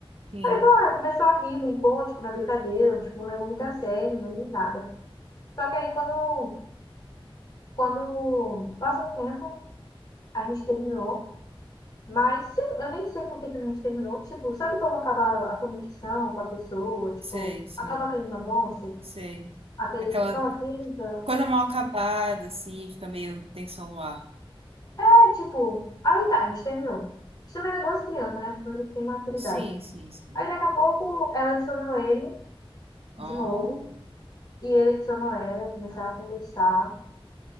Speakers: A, on the right (about 80°); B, on the left (about 40°).
A: Sim,
B: Ah, começou a rir, brincou, tipo, na brincadeira, tipo, não levou muito a sério, nem nada. Só que aí quando, quando passou um tempo, a gente terminou. Mas sei- eu nem sei por que também a gente terminou. Tipo, sabe como acaba a conexão com a pessoa? Tipo,
A: sei, sei,
B: acaba aquele negócio,
A: sei.
B: aquele,
A: Aquela
B: aquela química.
A: coisa mal acabada, assim, fica meio tensão no ar.
B: É, tipo, aí tá, a gente terminou. A gente também era duas crianças, né? Tudo tem maturidade.
A: Sim, sim, sim.
B: Aí daqui a pouco ela adicionou ele
A: Ó.
B: de novo. E ele adicionou ela, começaram a conversar.